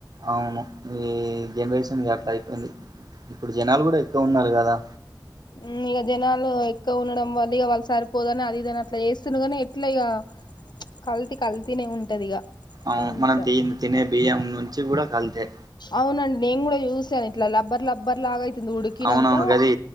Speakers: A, on the right; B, on the left.
A: అవును ఈ జనరేషన్ ఎట్ల అయిపోయింది ఇప్పుడు జనాలు కూడా ఎక్కువ ఉన్నారు కదా
B: ఉ ఇక జనాలు ఎక్కువ ఉండడం వల్ల ఇక వాళ్ళు సరిపో కానీ అది ఇదని అట్లా చేస్తున్నా గాని ఎట్లా ఇగ ఉచ్ కల్తీ కల్తీ గానే ఉంటది ఇగ
A: అవ్
B: ఎంత
A: మనం తిమ్ తినే బియ్యం నుంచి కూడా కళ్తే
B: అవునండి నేను కూడా చూసాన్ ఇట్ల లబ్బర్ లబ్బర్ లాగా అయితుంది ఉడికినంక
A: అవునవును గది